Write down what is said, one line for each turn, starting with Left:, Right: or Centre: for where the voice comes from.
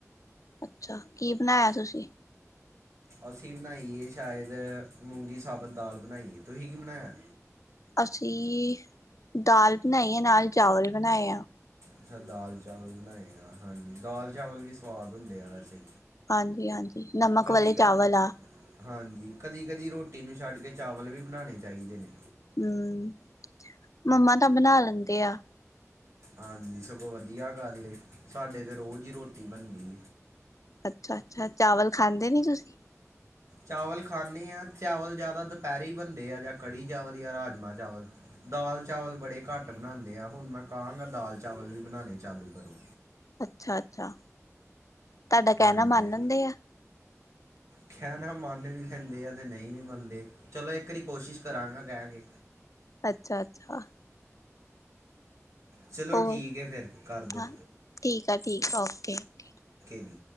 Left: ਅੱਛਾ ਕੀ ਬਣਾਇਆ ਤੁਸੀਂ।
Right: ਅਸੀਂ ਬਣਾਈਏ ਸ਼ਾਇਦ ਮੁੂੰਗੀ ਸਾਬਤ ਦਾਲ ਬਣਾਈ ਐ ਤੁਸੀਂ ਕੀ ਬਣਾਇਆ।
Left: ਅਸੀਂ ਦਾਲ ਬਣਾਈ ਆ ਨਾਲ ਚਾਵਲ ਬਣਾਏ ਆ
Right: ਅੱਛਾ ਦਾਲ ਚਾਵਲ ਬਣਾਏ ਆ, ਹਾਂਜੀ ਦਾਲ ਚਾਵਲ ਵੀ ਸਵਾਦ ਹੁੰਦੇ ਆ ਵੈਸੇ।
Left: ਹਾਂਜੀ ਹਾਂਜੀ ਨਮਕ
Right: ਕਦੀ-ਕਦੀ,
Left: ਵਾਲੇ ਚਾਵਲ ਆ
Right: ਹਾਂਜੀ ਕਦੀ-ਕਦੀ ਰੋਟੀ ਨੂੰ ਛੱਡ ਕੇ ਚਾਵਲ ਵੀ ਬਣਾਣੇ ਚਾਹੀਦੇ ਨੇ।
Left: ਹੂੰ, ਮੰਮਾ ਤਾਂ ਬਣਾ ਲੈਂਦੇ ਆ
Right: ਹਾਂਜੀ, ਸਗੋਂ ਵਧੀਆ ਗੱਲ ਏ ਸਾਡੇ ਤੇ ਰੋਜ਼ ਈ ਰੋਟੀ ਬਣਦੀ।
Left: ਅੱਛਾ-ਅੱਛਾ, ਚਾਵਲ ਖਾਂਦੇ ਨੀ ਤੁਸੀਂ
Right: ਚਾਵਲ ਖਾਣੇ ਆ ਚਾਵਲ ਜ਼ਿਆਦਾ ਦੁਪਹਿਰੇ ਹੀ ਬਣਦੇ ਆ ਜਾਂ ਕੜੀ ਚਾਵਲ ਜਾਂ ਰਾਜਮਾਂ ਚਾਵਲ। ਦਾਲ ਚਾਵਲ ਬੜੇ ਘੱਟ ਬਣਾਂਦੇ ਆ ਹੁਣ ਮੈਂ ਕਹਾਂਗਾ ਦਾਲ ਚਾਵਲ ਵੀ ਬਣਾਣੇ ਚਾਲੂ ਕਰੋ।
Left: ਅੱਛਾ-ਅੱਛਾ, ਤੁਹਾਡਾ ਕਹਿਣਾ
Right: ਹਾਂਜੀ
Left: ਮੰਨ ਲੈਂਦੇ ਆ।
Right: ਕਹਿਣਾ ਮੰਨ ਵੀ ਲੈਂਦੇ ਆ ਤੇ ਨਹੀਂ ਵੀ ਮੰਨਦੇ ਚਲੋ ਇੱਕ ਵਾਰੀ ਕੋਸ਼ਿਸ਼ ਕਰਾਂਗਾ ਕਹਿ ਕੇ!
Left: ਅੱਛਾ ਅੱਛਾ!
Right: ਚਲੋ
Left: ਹੋਰ
Right: ਠੀਕ ਐ ਫਿਰ ਕਰਦੋ।
Left: ਹਾਂ, ਠੀਕ ਆ, ਠੀਕ ਆ ਓਕੇ ਓਕੇ।
Right: ਜੀ